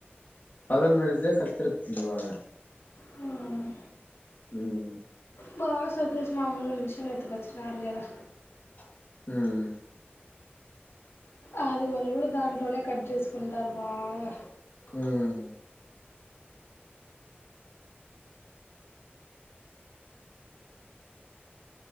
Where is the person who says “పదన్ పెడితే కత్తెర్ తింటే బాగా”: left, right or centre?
Left